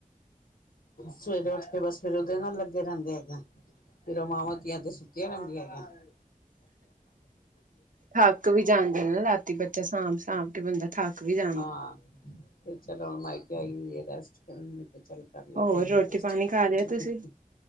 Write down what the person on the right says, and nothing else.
ਥੱਕ ਵੀ ਜਾਂਦੇ ਨ ਰਾਤੀ ਬੱਚਾ ਸਾਂਭ-ਸਾਂਭ ਕੇ ਬੰਦਾ ਥੱਕ ਵੀ ਜਾ
ਹੋਰ
ਰੋਟੀ
ਪਾਣੀ ਖਾ ਲਿਆ
ਤੁਸੀਂ